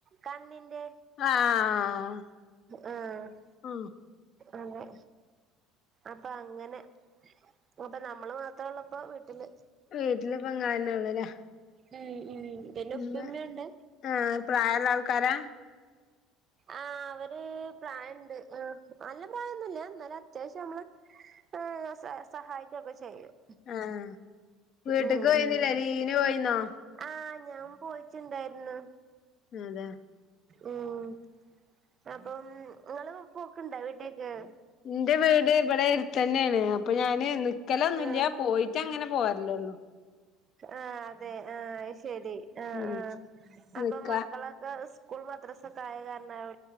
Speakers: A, on the right (about 40°); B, on the left (about 55°).
A: കണ്ണിന്റെ
B: ആഹ്
A: ഉം
B: ആഹ്
A: അതെ അപ്പോ അങ്ങനെ അപ്പോ നമ്മള് മാത്രം ഓള്ളപ്പാ വിട്ടീ ല്
B: വീട്ടിലിപ്പ ഇങ്ങളെന്നെ ഉള്ളൂല്ലേ
A: ഉം ഉം പിന്നെ
B: ഉം
A: ഉപ്പേം ഉമ്മയുണ്ട്
B: ആഹ് പ്രായള്ള ആൾക്കാരാ
A: ആ അവര് പ്രായുണ്ട് ആ നല്ല പ്രായോന്നുല്ല എന്നാലും അത്യാവശ്യം നമ്മള് ഏ സഹായിക്കൊക്കെ ചെയ്യും
B: ആ ആ വീട്ടക്ക്
A: ഉം
B: പോയിരുന്നില്ലേ
A: ഉം
B: ലീവിന് പോയിരുന്നോ
A: ആഹ് ഞാൻ പോയിട്ടുണ്ടായിരുന്നു
B: അതെ
A: ഉം, അപ്പം, ങ്ങള്, പോക്ക്ണ്ടോ, വീട്ടിലേക്ക്?
B: ഇന്റെ, വീട്, ഇവിടെ തന്നെണ്, അപ്പൊ ഞാന്, നിക്കലൊന്നൂല്ല,
A: ആഹ്
B: പോയിട്ട്, അങ്ങനെ, പോരല്ലൊള്ളൂ.
A: ആഹ്, അതെ, ആഹ്, അ ശരി, ആ,
B: ഉം
A: ആഹഹ്, അപ്പൊ,
B: നിക്കാ
A: മക്കളൊക്കെ, സ്കൂ സ്കൂൾ, മദ്രസ്സ്, ഒക്കെ, ആയ, കാരണയോ